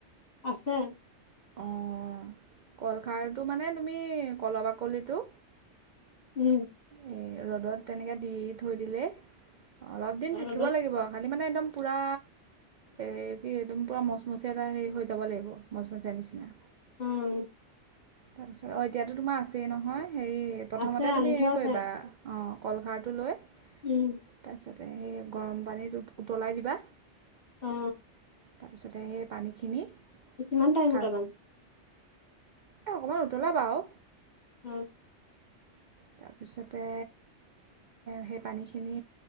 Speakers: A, on the left; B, on the right.
A: আছে
B: অঁ কলখাৰটো মানে তুমি কল বাকলিটো
A: উম
B: এই ৰ'দত তেনেকৈ দি থৈ দিলে অলপ দিন
A: ৰ'দত
B: থাকিব লাগিব খালী মানে একদম পূৰা এই কি একদম পূৰা মচমচীয়া এটা হেৰি হৈ যাব লাগিব মচমচীয়া নিচিনা
A: উম
B: তাৰপিছত অঁ এতিয়াতো তোমাৰ আছেই নহয় হেৰি প্ৰথমতে
A: আছে আনি
B: তুমি হেৰি
A: থোৱা আছে
B: কৰিবা অঁ কলখাৰটো লৈ
A: উম
B: তাৰপিছতে সেই গৰম পানীত উতলাই দিবা
A: অ
B: তাৰপিছতে সেই পানীখিনি
A: ৰামান টাইম
B: খাৰ
A: উট ন
B: এই অকণমান উতলাবা আৰু
A: উম
B: তাৰপিছতে, সেই পানীখিনি,